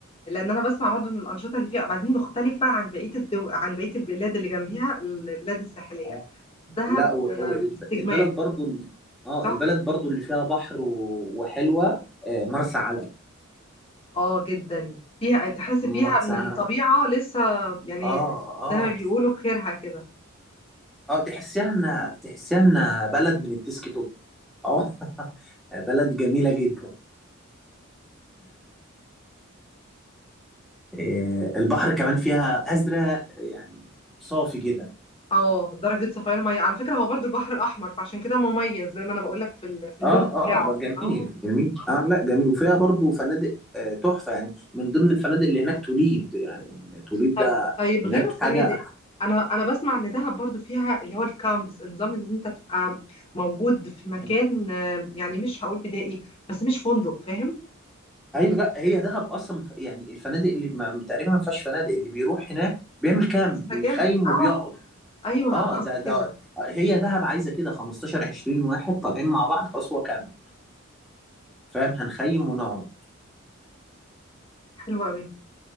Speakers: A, on the left (about 25°); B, in the centre.
A: لأن أنا بسمع برضه إن الأنشطة اللي فيها وبعدين مختلفة عن بقية الدو... عن بقية البلاد اللي جنبيها البلاد الساحلية
B: اه
A: دهب
B: لا و-
A: آه،
B: و- الب-
A: استجمام
B: البلد برضه ال- اه
A: صح؟
B: البلد برضه اللي فيها بحر و- وحلوة آه، مرسى علم
A: اه جدا فيها تحس
B: مرسى
A: فيها من
B: علم
A: الطبيعة لسه يعني
B: اه اه
A: زي ما بيقولوا بخيرها كده
B: اه تحسيها ان تحسيها ان بلد من الديسك توب اه <laughs> بلد جميله جدا إيه، البحر كمان فيها ازرق يعني صافي جدا
A: اه درجة صفيان مية على فكرة هو برضو البحر الأحمر فعشان كده مميز زي ما أنا بقول لك في ال- في اللون
B: اه
A: بتاعه
B: اه ما جميل
A: اه
B: جميل اه لا جميل وفيها برضو فنادق آه، تحفه يعني من ضمن الفنادق اللي هناك توليب يعني توليب
A: طب
B: ده
A: طيب
B: هناك
A: غير الفنادق
B: حاجه
A: أنا أنا بسمع إن دهب برضو فيها اللي هو الكامبس النظام اللي أنت تبقى موجود في مكان
B: <laughs>
A: آه، يعني مش هقول بدائي بس مش فندق فاهم
B: ايوه لا هي دهب اصلا ما ف- يعني الفنادق اللي ما تقريبا ما فيهاش فنادق اللي بيروح هناك بيعمل كامب
A: يستجم
B: بيخيم
A: اه
B: وبيقعد
A: أيوه
B: اه
A: أنا قصدي
B: ده ده
A: كده
B: هي دهب عايزه كده 15 20 واحد طالعين مع بعض خلاص هو كام فاهم هنخيم ونقعد
A: حلو أوي